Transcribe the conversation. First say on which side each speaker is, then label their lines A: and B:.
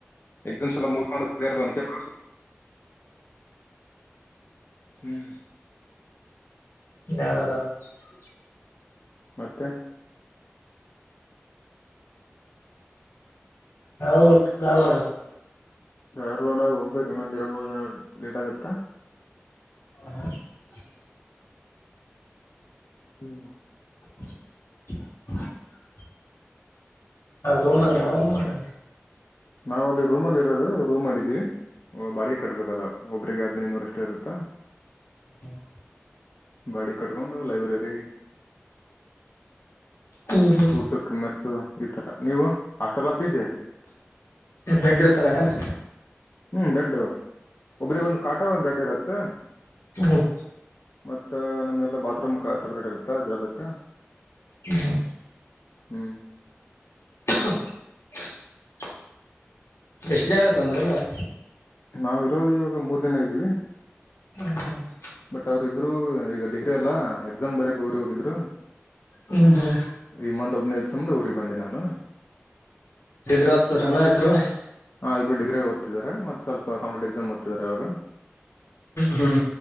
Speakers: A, on the left; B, on the left.
A: ಎಕ್ಸಾಮ್ಸ್ ಎಲ್ಲಾ ಮುಗುದ್ಕೊಂಡು ಕ್ಲಿಯರ್ ಪೆಪರ್ ಆಗಿದೆ ಹ್ಮು
B: <unintelligible>
A: ಮತ್ತೆ
B: ಯಾವಾಗ ಭರ್ತಿ ದಾರವಾಡ
A: ಧಾರವಾಡ ಹೋಗ್ಬೇಕನ್ನೊಂದ ಎರಡ್ ಮೂರು ದಿನ ಲೇಟ್ ಆಗತ್ತಾ
B: ಹ ಹಾ <inaudible>
A: ಹ್ಮ
B: <inaudible> ಅಲ್ಲಿ ರೂಮ್ ಅದರೆ ಏನ್ ಮಾಡದು
A: ನಾವ್ ಅಲ್ಲಿ ರೂಮ್ ಅಲ್ಲಿ ಇರೋದು ರೂಮ್ ಮಾಡಿದ್ವಿ ಬಾಡಿಗೆ ಕಟ್ಬೇಕದು ಒಬ್ಬ್ರಿಗೆ ಹದಿನೈದ ನೂರ ಯಷ್ಟು ಇರುತ್ತಾ
B: ಹ <inaudible>
A: ಬಾಡಿಗೆ ಕಟ್ಟಿಕೊಂಡು ಲೈಬ್ರರಿ
B: ಹ್ಮ್ ಹ್ಮ್
A: ಊಟಕ್ಕೆ ಮ್ಮೆಸ್ಸು ಈ ತರ ನೀವು ಹಾಸ್ಟೆಲ್ಲಾ ಪಿಜಿ
B: ಬೆಡ್ಡಿರ್ತವೇನೋ
A: ಹ್ಮ್ ಬೆಡ್ ಒಬ್ರಿಗೆ ಒಂದ್ ಕಾಟ ಒಂದ್ ಬೆಡ್ ಇರುತ್ತೆ
B: ಹ್ಮ್
A: ಮತ್ತ ನಮ್ದ ಎಲ್ಲಾ ಬಾತ್ರೂಮ್ ಸಪ್ರೇಟ್ ಇರುತ್ತಾ ಇದರ ಬೇಕ
B: ಹ್ಮ
A: ಹ್ಮ
B: ಹ <inaudible> ಎಷ್ಟು ಜನ ಇರ್ತಾರೆ ಒಂದು ರೂಮಲ್
A: ನಾವಿರೋ ಇವಾಗ ಮೂರ್ ಜನ ಇದ್ದ್ವಿ
B: ಹಾ ಹಾ <inaudible>
A: ಬಟ್ ಅವ್ರಿಬ್ರು ಈಗ ಡಿಗ್ರಿ ಅಲ್ಲಾ ಎಕ್ಸಾಮ್ ಬರಕ್ ಊರಿಗೆ ಹೋಗಿದ್ರು
B: ಹ್ಮ್ ಹ್ಮ್
A: ಈಮಂತ್ ಒಬ್ನೇದು ಸುಮ್ದ ಊರಿಗೆ ಬಂದೆ ನಾನು
B: ಡಿಗ್ರಿ ಓದ್ತಿದ್ರೇನೇ ಇಬ್ರು
A: ಹಾ ಇಬ್ರು ಡಿಗ್ರಿಗೆ ಓದ್ತಿದಿದ್ದಾರೆ ಮತ್ ಸ್ವಲ್ಪ ಕಂಪಿಟೇ್ ಎಕ್ಸಾಮ್ ಓದ್ತಿದ್ದಾರೆ ಅವರು
B: ಹ್ಮ್